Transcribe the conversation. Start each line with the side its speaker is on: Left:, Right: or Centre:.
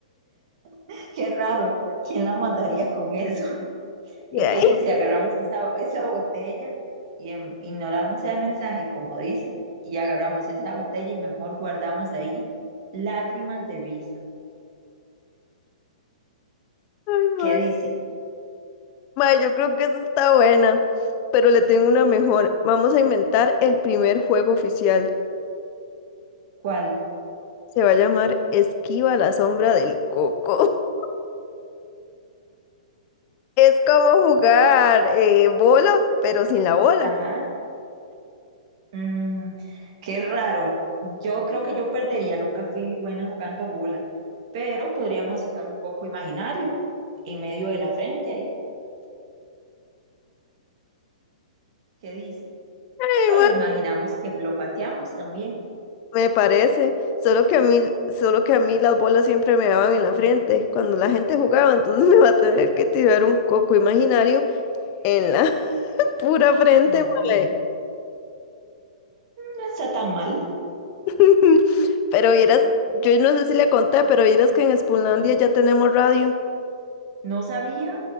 Right: <laughs> qué raro. ¿Quién la mandaría con eso? <laughs>
Left: <laughs>
Right: ¿Y qué dice si agarramos esa, esa botella y en- ignoramos el mensaje, como dice, y agarramos esa botella y mejor guardamos ahí lágrimas de risa?
Left: Ay,
Right: ¿Qué
Left: madre.
Right: dice?
Left: Madre, yo creo que eso está buena, pero le tengo una mejor. Vamos a inventar el primer juego oficial.
Right: ¿Cuál?
Left: Se va a llamar Esquiva la sombra del coco. <laughs> Es como jugar eh, bola, pero sin la bola.
Right: Ajá. Mm, qué raro. Yo creo que yo perdería, nunca fui buena jugando bola, pero podríamos usar un poco imaginario en medio de la frente ahí. ¿Qué dice?
Left: Ay,
Right: O lo
Left: ma,
Right: imaginamos que lo pateamos también.
Left: Me parece. Solo que a mí, solo que a mí las bolas siempre me daban en la frente cuando la gente jugaba, entonces <laughs> me va a tener que tirar un coco imaginario en la <laughs> pura frente,
Right: Eh, no,
Left: mae.
Right: no no está tan mal.
Left: <laughs> Pero vieras, yo no sé si le conté, pero vieras que enSpunlandia ya tenemos radio.
Right: No sabía